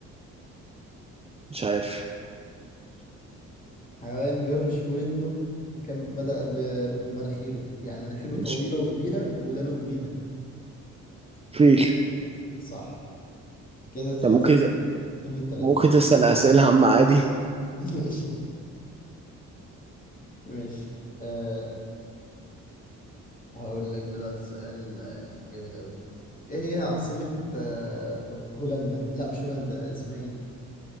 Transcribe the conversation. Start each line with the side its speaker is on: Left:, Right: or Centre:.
Right: مش عارف
Left: حيوان بيهرش في ودنه وكان بدأ ب... بمناخيره يعني مناخيره
Right: مش
Left: طويلة وكبيرة ودانه كبيرة
Right: فيل
Left: صح كده تلاتة
Right: طب ممكن
Left: اتنين من تلاتة
Right: ممكن تسأل أسئلة عامة عادي
Left: <laughs> ماشي ماشي أه هقول لك دلوقتي سؤال آه، جامد أوي ايه هي عاصمة أه هولندا؟ لا مش هولندا اسمها ايه دي؟